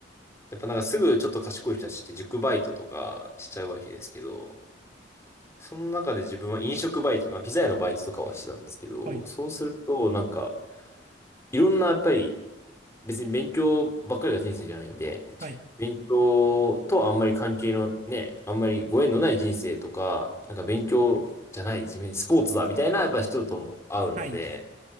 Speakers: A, on the left; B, on the right.
A: やっぱなんかすぐちょっと賢い人たちって塾バイトとかしちゃうわけですけど、その中で自分は飲食バイトとか、ピザ屋のバイトとかはしてたんですけど、
B: はい、
A: そうすると、なんか、いろんなやっぱり、別に勉強ばっかりが人生じゃないんで、
B: はい、
A: 勉強とはあんまり関係のね、あんまりご縁のない人生とか、なんか勉強じゃない、自分スポーツだみたいなやっぱ人とも会うので、
B: はい。